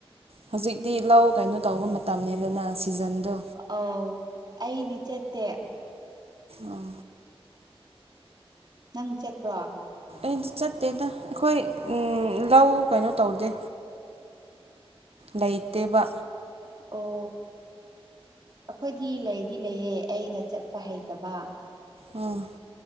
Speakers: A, on the right; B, on the right.
A: ꯍꯧꯖꯤꯛꯇꯤ ꯂꯧ ꯀꯩꯅꯣ ꯇꯧꯕ ꯃꯇꯝꯅꯤꯗꯅ ꯁꯤꯖꯟꯗꯣ
B: ꯑꯧ ꯑꯩꯗꯤ ꯆꯠꯇꯦ
A: ꯑ <unintelligible>
B: ꯅꯪ ꯆꯠꯄ꯭ꯔꯣ
A: ꯑꯩꯗꯤ ꯆꯠꯇꯦꯗ ꯑꯩꯈꯣꯏ ꯂꯧ ꯀꯩꯅꯣ ꯇꯧꯗꯦ ꯂꯩꯩꯇꯦꯕ
B: ꯑꯣ ꯑꯩꯈꯣꯏꯗꯤ ꯂꯩꯗꯤ ꯂꯩ ꯑꯦ ꯑꯩꯅ ꯆꯠꯄ ꯍꯩꯇꯕ
A: ꯑꯣ